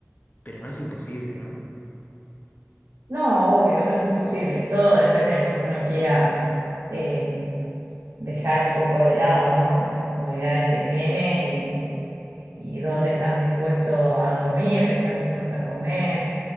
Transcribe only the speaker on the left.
pero no es imposible, ¿no?